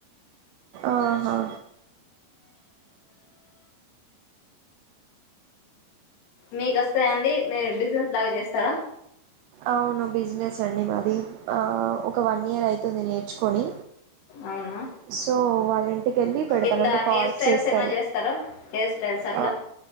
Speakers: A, on the right; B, on the left.
A: ఆహా
B: మీకు వస్తాయా అండి మీరు బిజినెస్ బాగా చేస్తారా
A: అవును బిజినెస్ అండి మాది ఆ ఒక వన్ ఇయర్ అయితుంది నేర్చుకొని
B: అవునా
A: సో వా టికెల్లి పెడతరు,
B: ఇట్లా
A: అంటే
B: హెయిర్
A: కాల్స్
B: స్టైల్స్
A: చేస్తారు.
B: ఏమైనా చేస్తారా హెయిర్ స్టైల్స్ అట్లా
A: అ